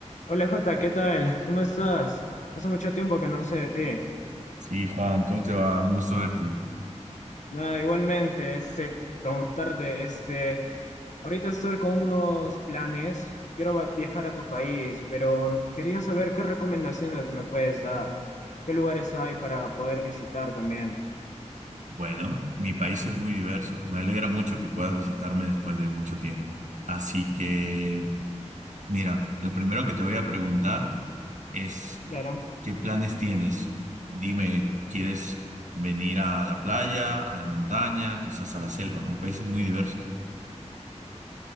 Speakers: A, on the left; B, on the right.
A: Hola Jota, ¿qué tal? ¿Cómo estás? Hace mucho tiempo que no sé de ti.
B: Sí, Juan, ¿cómo te va? Un gusto verte.
A: Nada, igualmente, este, preguntarte, este, ahorita estoy con unos planes, quiero va- viajar a tu país, pero quería saber qué recomendaciones me puedes dar, qué lugares hay para poder visitar también.
B: Bueno, mi país es muy diverso. Me alegra mucho que puedas visitarme después de mucho tiempo. Así que, mira, lo primero que te voy a preguntar es,
A: Claro.
B: ¿qué planes tienes? Dime, ¿quieres venir a la playa, a la montaña, quizás a la selva? Mi país es muy diverso.